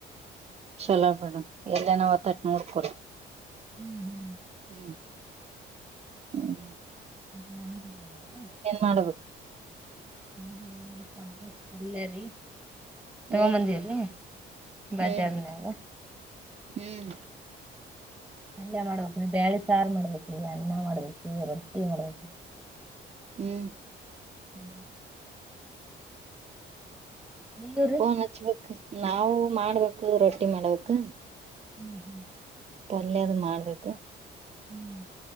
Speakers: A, on the right; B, in the centre.
A: ಚಲೋ ಬೇಡ ಎಲ್ಲ ನಾವ ಒತಟ್ ನೋಡ್ಕೊರಿ
B: ಹ್ಮ್ ಹ್ಮ್
A: ಹ್ಮ್ ಹ್ಮ <inaudible>
B: ನನು ಯ
A: ಮಾಡ್ಬೇಕು
B: ಹ ಹಬ್ಬತ್ ಅಲ್ಲರಿ ತಗ
A: ಹ್ಮ್
B: ಮಂದಿರ ಬಜಾರ್ನಾಗ
A: ಹ್ಮ್ ಹ್ಮ್
B: ಅಲ್ಲಯ ಮಾಡ್ಬೇಕು ನೀ ಬೇಳೆ ತಾರ್ ಮಾಡ್ಬೇಕ್ರಿ ಅನ್ನ ಮಾಡ್ಬೇಕ್ರ ರೊಟ್ಟಿ ಮಾಡ್ಬೇಕು
A: ಹ್ಮ
B: ಹ್ಞೂ ನೀವ್ರಿ
A: ಹೋನ್ ನಾವು ಮಾಡ್ಬೇಕು ರೊಟ್ಟಿ ಮಾಡ್ಬೇಕಕ್
B: ಹ್ಞೂ ಹ್ಞ
A: ಪಲ್ಯದ ಮಾಡ್ಬೇಕು
B: ಹ್ಮ್